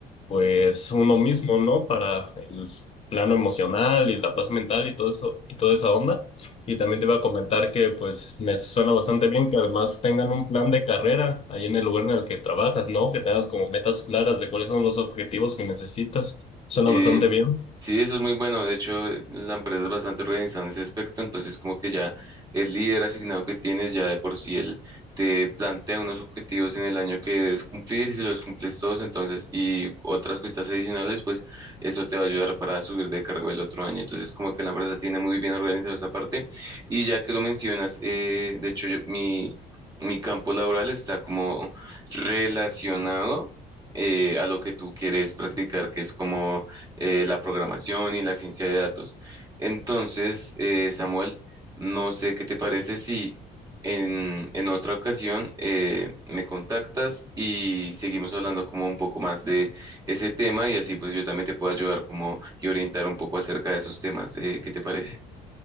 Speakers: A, on the left; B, on the right.
A: pues, uno mismo, ¿no? Para el plano emocional y la paz mental y todo eso, y toda esa onda. Y también te iba a comentar que, pues, me suena bastante bien que además tengan un plan de carrera ahí en el lugar en el que trabajas, ¿no? Que tengas como metas claras de cuáles son los objetivos que necesitas. Suena
B: sí,
A: bastante bien.
B: Sí, eso es muy bueno. De hecho, la empresa es bastante organizada en ese aspecto. Entonces, como que ya el líder asignado que tienes, ya de por sí él te plantea unos objetivos en el año que debes cumplir. Si los cumples todos, entonces, y otras cositas adicionales, pues eso te va a ayudar para subir de cargo el otro año. Entonces, como que la empresa tiene muy bien organizada esa parte. Y ya que lo mencionas, eh, de hecho, yo- mi, mi campo laboral está como relacionado eh, a lo que tú quieres practicar, que es como eh, la programación y la ciencia de datos. Entonces, eh, Samuel, no sé qué te parece si en, en otra ocasión eh, me contactas y seguimos hablando como un poco más de ese tema y así pues yo también te puedo ayudar como y orientar un poco acerca de esos temas. Eh, ¿qué te parece?